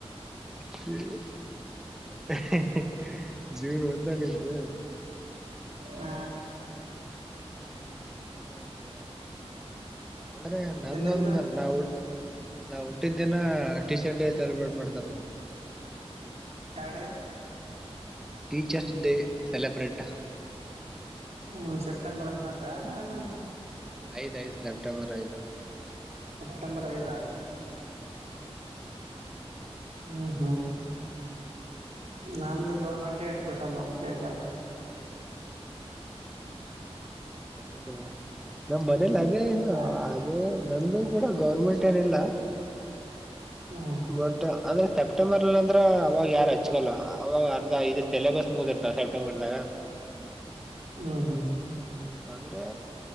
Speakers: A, in the centre; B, on the right.
A: ಹೆ ಹೆ ಹೆ <unintelligible> ನಿಂದು
B: ಆ
A: ಹ್ಮ್ ಅಂದ್ರೆ ನಂದೊಂದ
B: ನಿಂದು
A: ನಾವು ನಾ ಹುಟ್ಟಿದ್ದ ದಿನ ಟೀಚರ್ ಡೇ ಸೆಲೆಬ್ರೇಟ್ ಮಾಡ್ತಾರ.
B: ಯಾವ್ ಡೇ?
A: Teachers day celebrate.
B: ಹ್ಮ ಸೆಪ್ಟೆಂಬರ್ ಹದ್ನಾಕ ಏನೂ.
A: ಐದ್ ಐದ ಸಪ್ಟೆಂಬರ್ ಐದ.
B: ಸೆಪ್ಟೆಂಬರ್ ಐದ
A: <inaudible>
B: ಹ್ಮ್ ಹ್ಮ್. ನಂದ ಗೌರ್ಮೆಂಟ ಎಟ್ ನಮ್ದ ಡೇಟ್ ಎಲ್ಲ
A: ಹೌದಾ ನಮ್ ಮನೇಲ್ಲ ಏನ್
B: ಆ,
A: ಅದೇ ನಂದು ಕೂಡ ಗೌರ್ಮೆಂಟ್ ಏನಿಲ್ಲ.
B: ಹ್ಮ.
A: ಬಟ್ ಅದ ಸೆಪ್ಟೆಂಬರ್ ಅಲ್ಲಿ ಅಂದ್ರ ಅವಾಗ ಯಾರ ಹಚ್ಕ ಅವಾಗ ಅರ್ಧ ಇದ ಸಿಲೆಬಸ್ ಮುಗತದಿರ್ ಸೆಪ್ಟೆಂಬರ್ದಾಗ
B: ಹ್ಮ ಹ್ಮ.
A: ಅಂದ್ರೆ